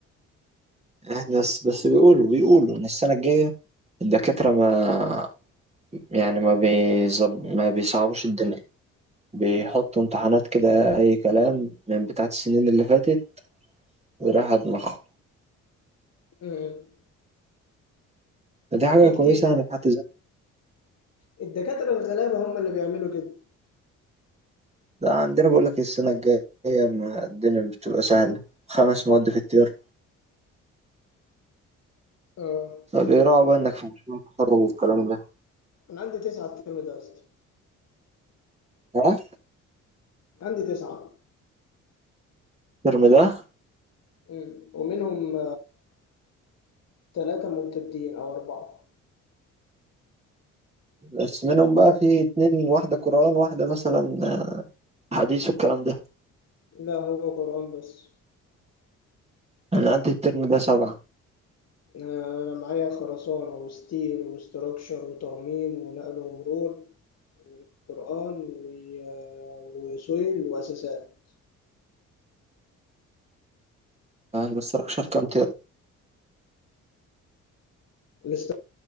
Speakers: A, on the right; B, on the left.
A: إحنا بس بس بيقولوا بيقولوا إن السنة الجاية الدكاترة ما يعني ما بيزب ما بيصعبوش الدنيا بيحطوا امتحانات كده أي كلام من بتاعت السنين اللي فاتت ورايح على دماغهم
B: آه.
A: فدي حاجة
B: في
A: كويسة
B: كتير
A: يعني في حد
B: الدكاتره الغلابه هم اللي بيعملوا كده
A: ده عندنا بقول لك السنة الجاية ما الدنيا مش بتبقى سهلة خمس مواد في الترم
B: اه
A: فبيراعوا بقى إنك في مشروع التخرج والكلام ده
B: أنا عندي تسعة الترم ده يا اسطى
A: ها
B: عندي تسعة
A: الترم ده
B: مم. ومنهم ثلاثة ممتدين أو أربعة
A: بس منهم بقى في اتنين واحدة قرآن واحدة مثلا حديث والكلام ده
B: لا هو قرآن بس
A: أنا عندي الترم ده سبعة
B: أنا معايا خرسانة وستيل وستراكشر وترميم ونقل ومرور والقرآن و- آه، وسويل وأساسات
A: أنا مستركش في كام ترم
B: الاست-